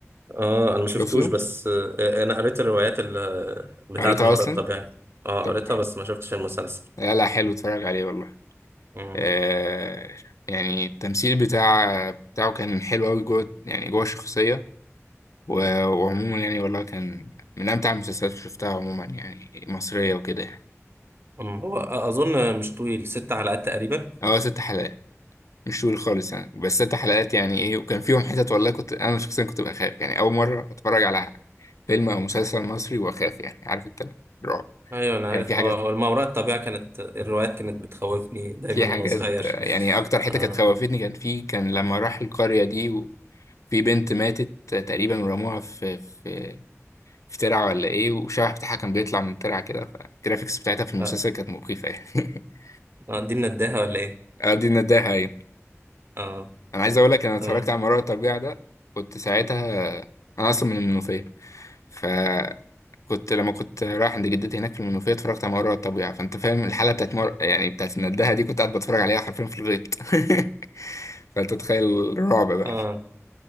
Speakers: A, on the right (about 50°); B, on the left (about 80°).
A: اه انا ما شفتوش
B: شفته
A: بس آه، انا قريت الروايات ال- بتاعت
B: قريتها
A: ما وراء
B: اصلا
A: الطبيعة اه
B: طب
A: قريتها بس ما شفتش المسلسل
B: لا لا حلو اتفرج عليه والله
A: مم.
B: آه يعني التمثيل بتاع بتاعه كان حلو قوي جوه يعني جوه الشخصيه و- وعموما يعني والله كان من أمتع المسلسلات اللي شفتها عموما يعني مصرية وكده يعني
A: أم، هو اظن مش طويل ست حلقات تقريبا
B: هو ست حلقات مش طويل خالص يعني بس ست حلقات يعني إيه وكان فيهم حتت والله كنت أنا شخصيا كنت بخاف يعني أول مرة أتفرج على فيلم أو مسلسل مصري وأخاف يعني عارف أنت رعب
A: ايوه انا
B: يعني
A: عارف
B: في حاجات
A: اه والما وراء الطبيعة كانت الروايات كانت بتخوفني دايما
B: في حاجات
A: وانا صغير
B: آه، يعني
A: <laughs>
B: أكتر حتة
A: اه
B: كانت خوفتني كان في كان لما راح القرية دي و... في بنت ماتت تقريبا ورموها في في في ترعة ولا ايه وشبح بتاعها كان بيطلع من الترعة كده فالجرافيكس بتاعتها في المسلسل
A: لا
B: كانت مخيفة يعني <laughs>
A: آه، دي نداها ولا ايه
B: آه، دي النداهة أيوة
A: اه
B: أنا عايز أقول لك أنا اتفرجت
A: تمام
B: على مرار الطبيعة ده كنت ساعتها أنا أصلا من المنوفية فكنت لما كنت رايح عند جدتي هناك في المنوفية اتفرجت على مرار الطبيعة فأنت فاهم الحالة بتاعت مر... يعني بتاعت النداهة دي كنت قاعد بتفرج عليها حرفيا في الغيط <laughs> فأنت تخيل الرعب بقى
A: اه